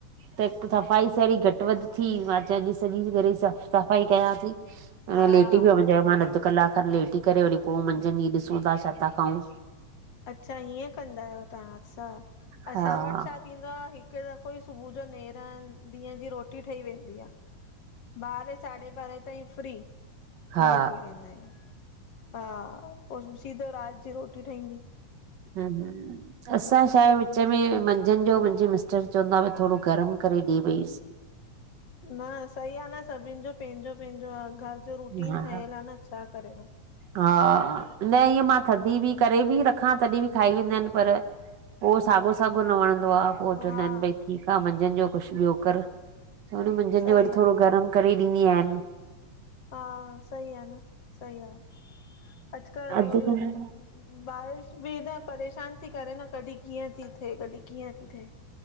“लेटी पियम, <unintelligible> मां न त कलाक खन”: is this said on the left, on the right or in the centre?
Right